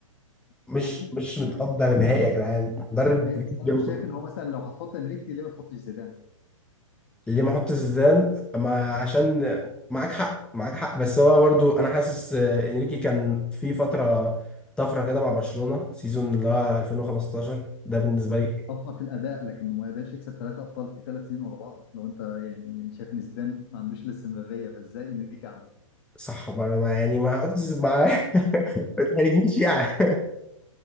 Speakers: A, in the centre; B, on the left.
A: مش
B: ما عنديش
A: مش
B: مشكله
A: متقدر نهائي يا جدعان مدرب
B: ايوه
A: بجد
B: بس انا
A: جامد.
B: مش شايف ان هو مثلا لو هتحط انريكي ليه ما تحطش زيدان
A: ليه ما احط زيدان ما عشان معاك حق معاك حق بس هو برضو انا حاسس آه، انريكي كان في فتره طفره كده مع برشلونه سيزون اللي هو 2015 ده بالنسبه
B: بس
A: لي
B: طفره في الاداء لكنه ما قدرش يكسب ثلاثه ابطال في ثلاث سنين ورا بعض لو انت يعني يعني شايف ان زيدان ما عندوش الاستمراريه فازاي انريكي عنده
A: صح ما أنا- ما- يعني ما قلتش ما <laughs> ما تحرجنيش يعني